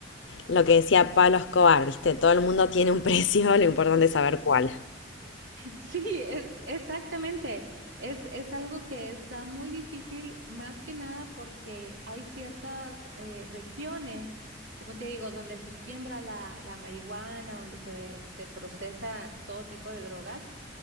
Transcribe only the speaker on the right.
Sí, es exactamente. Es, es algo que está muy difícil, más que nada porque hay ciertas eh, regiones, como te digo, donde se siembra la, la marihuana, donde se, se procesa todo tipo de drogas.